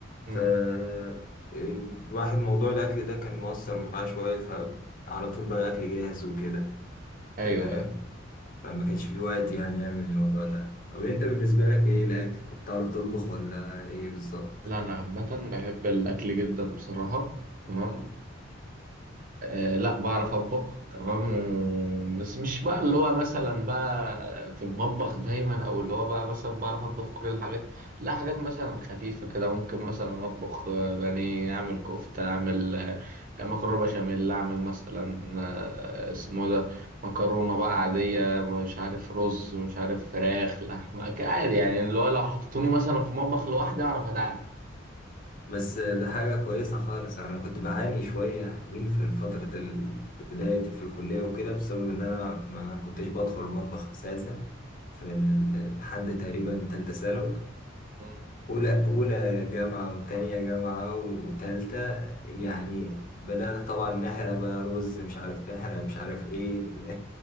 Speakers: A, on the right; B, on the left.
A: مم.
B: ف آه، الواحد موضوع الأكل ده كان مؤثر معاه شوية فعلى طول بقى أكل جاهز وكده
A: ايوه
B: تمام
A: أيوة.
B: فما كانش في وقت يعني يعمل الموضوع ده طب أنت بالنسبة لك إيه الأكل؟ بتعرف تطبخ ولا إيه بالظبط؟
A: لا انا عامة بحب الاكل جدا بصراحة تمام آه لا بعرف اطبخ تمام و- بس مش بقى اللي هو مثلا بقى في المطبخ دايما او اللي هو بقى مثلا بعرف اطبخ كل الحاجات لا حاجات مثلا خفيفة كده ممكن مثلا اطبخ آه، بانيه اعمل كفتة اعمل آه، مكرونة بشاميل اعمل مثلا آه، اسمه ده مكرونة بقى عادية مش عارف رز مش عارف فراخ لحمة عادي يعني اللي هو لو حطوني مثلا في مطبخ لوحدي اعرف اتعامل
B: بس ده حاجة كويسة خالص أنا كنت بعاني شوية حلوين في فترة ال- بدايتي في الكلية وكده بسبب إن أنا ما كنتش بدخل المطبخ أساسا في ال- لحد تقريبا تالتة ثانوي
A: م.
B: أولى أولى جامعة وتانية جامعة وتالتة يعني بدأنا طبعا نحرق بقى رز مش عارف نحرق مش عارف إيه <laughs>